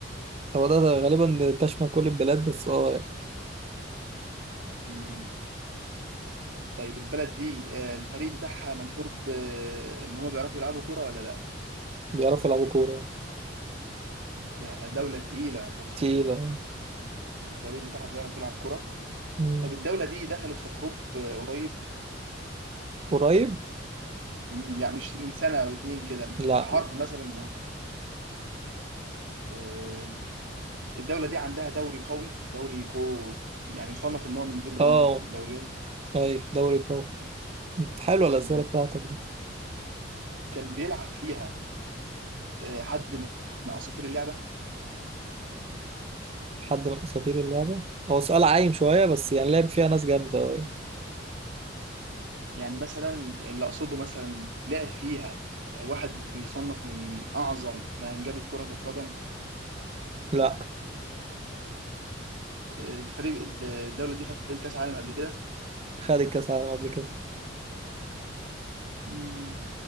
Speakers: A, on the right (about 30°); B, on the right (about 70°).
A: هو ده, ده غالبا تشمل كل البلاد بس اه يعني
B: مم. طيب البلد دي آه، الفريق بتاعها مشهور بإن هم بيعرفوا يلعبوا كرة ولا لأ؟
A: بيعرفوا يلعبوا كورة
B: يعني دولة تقيلة وف-
A: تقيلة اه.
B: والفريق بتاعها بيعرف يلعب كرة.
A: مم.
B: طب الدولة دي دخلت في حروب آه، قريب
A: قريب؟
B: مم، يعني مش من سنة أو اتنين كده
A: لا
B: في حرب
A: لا
B: مثلا آه، الدولة دي عندها دوري قوي دوري كو يعني يصنف إن هو من ضمن
A: اه
B: الدوريات
A: طيب دوري قوي حلوة الأسئلة
B: مم.
A: بتاعتك دي
B: كان بيلعب فيها آه، حد من اساطير اللعبه
A: حد من أساطير اللعبة هو سؤال عايم شوية بس يعني لعب فيها ناس جامدة اه.
B: يعني مثلا اللي اقصده مثلا لعب فيها آه، واحد بيصنف من اعظم ما انجبت كره القدم
A: لا
B: آه، الفريق الد- الدوله دي خدت كاس عالم قبل كده
A: خد الكأس العالم قبل كده
B: مم،